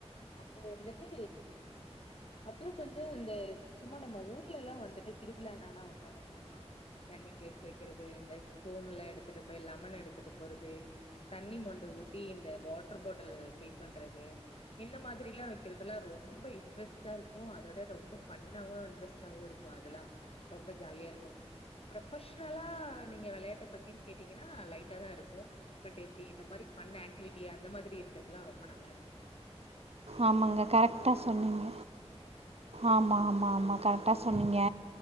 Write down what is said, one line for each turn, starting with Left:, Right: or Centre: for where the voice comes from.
Left: அப்போ வந்துட்டு அப்போ கொஞ்சம் இந்த சும்மா நம்ம ஊர்ல எல்லாம் வந்துட்டு திருவிழானாலாம் வைப்பாங்க தெரியுமா ரன்னிங்ரேஸ் வைக்கிறது இந்த ஸ்பூன் எடுத்துட்டு போய் லெமன் எடுத்துட்டு போறது தண்ணி மொண்டு ஊத் தி இந்த வாட்டர் பாட்டில் பீல் பண்றது இந்த மாதிரிலாம் வைக்கிறதுஎல்லாம் ரொம்ப இன்ட்ரெஸ்ட்டா இருக்கும் அதோட ரொம்ப பன்னாவும் இன்ட்ரெஸ்ட்டாவும் இருக்கும் அதெல்லாம் ரொம்ப ஜாலியா இருக்கும் ப்ரொபஷனலா நீங்க விளையாட்ட பத்தின்னு கேட்டிங்கன்னா லைட்டா தான் இருக்கும் பட்இப்படி இந்த மாதிரி பண் ஆக்டிவிட்டி அந்த மாதிரி இருக்கிறதுலாம் ரொம்ப நல்லா இருக்கும்
Right: ஆமாங்க கரெக்டா சொன்னீங்க ஆமா ஆமா ஆமா கரெகட் என்ன சொன்னிங்க